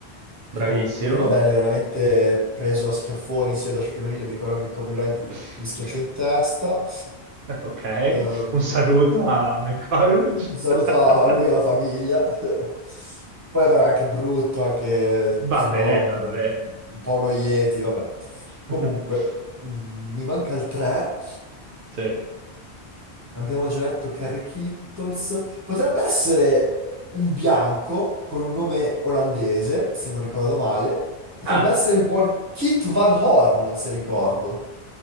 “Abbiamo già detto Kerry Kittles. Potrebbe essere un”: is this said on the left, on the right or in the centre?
Right